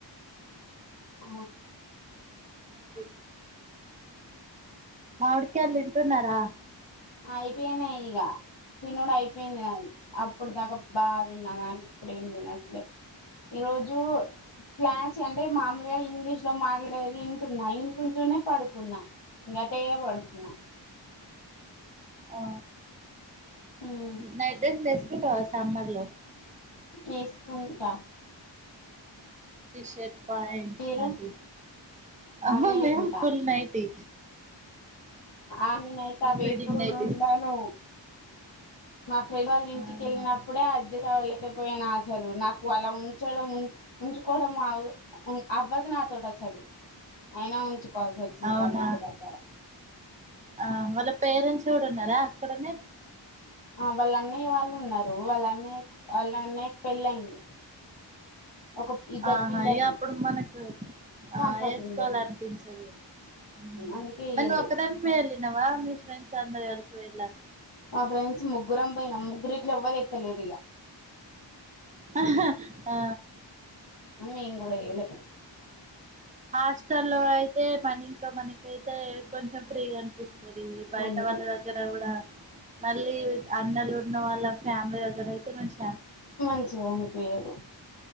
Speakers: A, on the left (about 70°); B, on the right (about 15°).
A: అఓ
B: సరే మామిడికాలు తింటున్నారా
A: అయిపోయింది ఈగ తినుడు అయిపోయింది ఇప్పుడుదాకా బా తిన్నావా ఇప్పుడు ఏం తినట్లే ఈ రోజు క్లాస్ అంటే మామూలుగా ఇంగ్లీష్ లో మాట్లాడేది వింటున్నా ఇంటుంటె పడుకున్నా ఇంకాటే పడుకున్నా
B: అ
A: మ్
B: నైట్ డ్రెస్లు వేసుకుంటావా సమ్మర్ లో
A: వేసుకుంటా
B: టీషర్ట్ ప్యాంట్లాంటి
A: మీరు
B: ఆహా
A: అవే
B: మేము
A: ఉంటా
B: ఫుల్ నైటి
A: ఆ నేనైతే అవి
B: ఫీడింగ్
A: వేసుకునుండను
B: నైటీస్
A: మా ఫ్రెండ్ వాళ్ళ ఇంటికెళ్ళినప్పుడే
B: ఆహా
A: అ వలేకపోయినా అసలు నాకు అలా ఉంచడం ఉంచుకోవడం అవ్వదు నాకు నాతోటి అసలు అయినా ఉంచుకోవాల్సి వచ్చింది
B: అవునా
A: వాళ్ళ ఇంటి దగ్గర
B: ఆ వాళ్ల పేరెంట్స్ కూడా ఉన్నారా అక్కడనే
A: ఆ వాళ్ల అన్నయ్య వాళ్లు ఉన్నారు వాళ్ల అన్నయ్య కు వాళ్ల అన్నయ్య కు పెళ్ళయింది ఒక ఇద్దరు
B: ఆహా
A: పిల్లలు
B: ఇ అప్పుడు మనకు ఆ
A: కంఫర్ట్
B: వేసుకోవాలి
A: ఉండదు
B: అనిపించేది మ్
A: అందుకే
B: మరి
A: ఇయ్యలేదు
B: నువ్వు ఒక్కదానివే ఎల్లినవా మీ ఫ్రెండ్స్ అందరు కలిసి పోయిలా
A: మా ఫ్రెండ్స్ ముగ్గురం పోయినాం ముగ్గురు ఇట్లా ఎవ్వల్ ఏత్తలేదు ఇగ
B: ఆ ఆ
A: మేము కూడ వెయ్యలే
B: హాస్టల్లో అయితే మన ఇంట్లో మనకైతే కొంచెం ఫ్రీగా అనిపిస్తుంది ఆది బయట
A: అందుకే
B: వాళ్ల దగ్గర కూడ మళ్ళీ అన్నలు ఉన్న వాళ్ళ ఫ్యామిలీ దగ్గర అయితే మంచి
A: మంచిగా అనిపియదు